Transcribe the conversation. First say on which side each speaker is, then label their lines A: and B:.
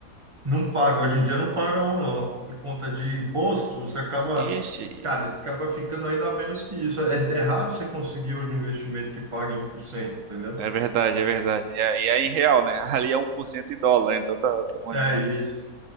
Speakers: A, on the right; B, on the right.
A: Não paga, hoje em dia não paga um, não. Por conta de imposto, você acaba,
B: Ixi,
A: cara, acaba ficando ainda menos que isso. É, é raro você conseguir hoje um investimento que pague um por cento entendeu?
B: é verdade, é verdade. E aí é, em real, né? <laughs> Ali é um por cento em dólar, então tá, tá bom
A: É
B: demais.
A: isso.